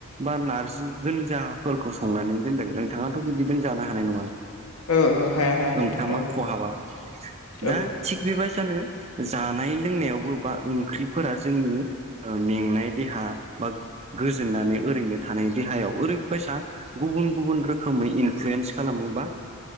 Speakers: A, on the right; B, on the left.
A: बा नारज गोनजाफोरखौ संनानै दोनदों नोंथाङाथ' बिदिदों जानो हानाय नङा
B: ओ ओ हाया हाया नोंथां
A: ओंखामा
B: औ
A: खहाबा
B: औ
A: दा थिग बेबायदि सानो जानाय लोंनायावबो बा ओंख्रिफोरा जोंनि ओ मेंनाय देहा बा गोजोननानै ओरैनो थानाय देहायाव ओरैबायसा गुबुन गुबुन रोखोमै इनफ्लुयेन्स खालामो बा